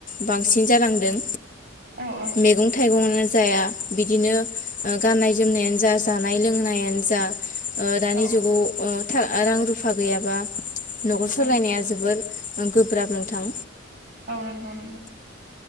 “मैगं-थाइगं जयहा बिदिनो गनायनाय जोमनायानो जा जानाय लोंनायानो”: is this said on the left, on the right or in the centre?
Left